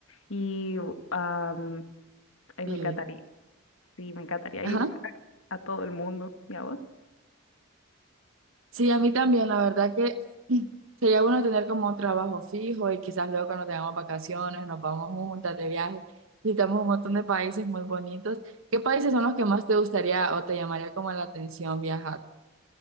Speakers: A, on the left; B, on the right.
A: y am, ay,
B: Y,
A: me encantaría, sí, me encantaría
B: ajá.
A: ir a todo el mundo. ¿Y a vos?
B: Sí, a mí también, la verdad que <clears throat> sería bueno tener como un trabajo fijo y quizás luego cuando tengamos vacaciones nos vamos juntas de viaje. Visitamos un montón de países muy bonitos. ¿Qué países son los que más te gustaría o te llamaría como la atención viajar